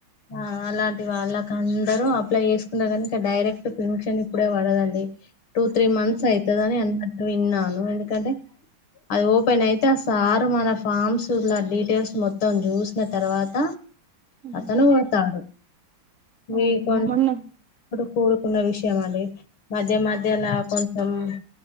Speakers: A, on the left (about 80°); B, on the right (about 60°).
A: ఆ అలాంటి వాళ్ళకి అందరూ అప్లై చేసుకున్నా కానీ ఇంకా డైరెక్ట్ పెన్షన్ ఇప్పుడే పడదండి టూ త్రీ మంత్స్
B: హ్మ్.
A: అవుదని అన్నట్టు విన్నాను ఎందుకంటే అది ఓపెన్ అయితే ఆ సారు మన ఫామ్స్లా డీటెయిల్స్ మొత్తం చూసిన తర్వాత
B: హ్మ్.
A: తను కొడతాడు మీ
B: అవును
A: కొ
B: మొన్న
A: కూరుకున్న విషయం అడి మధ్య మధ్య లాకున్ మ్